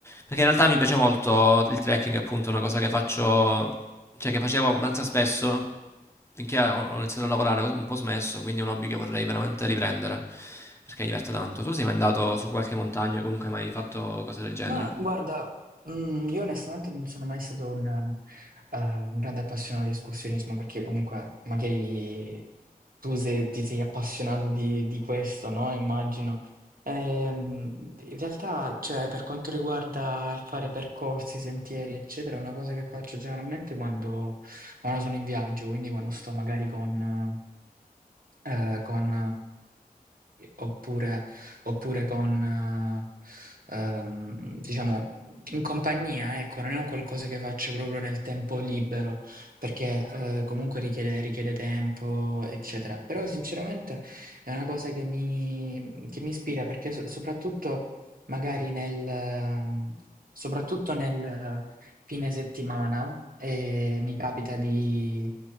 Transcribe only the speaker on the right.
Ma guarda, mhmm, io onestamente non sono mai stato un ehm, eh, un grande appassionato di escursionismo, perché comunque magari tu se ti sei appassionato di di questo, no, immagino. Ehm, in realtà, cioè, per quanto riguarda il fare percorsi, sentieri, eccetera, è una cosa che faccio generalmente quando quando sono in viaggio, quindi quando sto magari con ehm, con oppure, oppure con, eh, ehm, diciamo, in compagnia, ecco, non è un qualcosa che faccio proprio nel tempo libero, perché eh, comunque richiede, richiede tempo, eccetera. Però sinceramente è una cosa che mi, che mi ispira, perché so- soprattutto magari nel... ehm, Soprattutto nel, fine settimana e mi capita di,